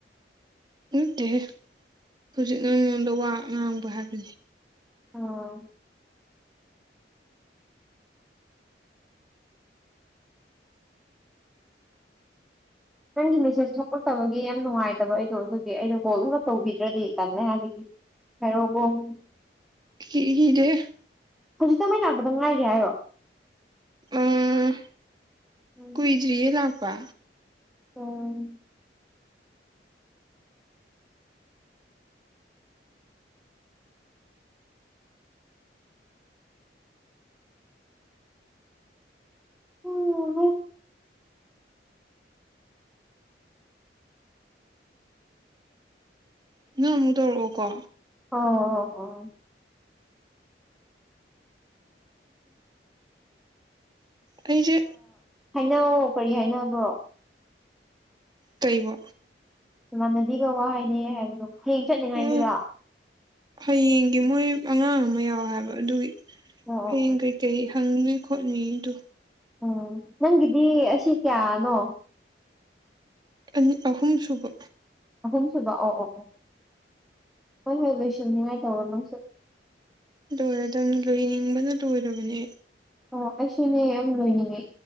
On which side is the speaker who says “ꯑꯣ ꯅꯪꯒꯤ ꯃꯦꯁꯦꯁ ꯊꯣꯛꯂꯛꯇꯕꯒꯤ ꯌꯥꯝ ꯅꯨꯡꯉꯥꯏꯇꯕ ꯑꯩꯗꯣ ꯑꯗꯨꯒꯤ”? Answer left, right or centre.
Centre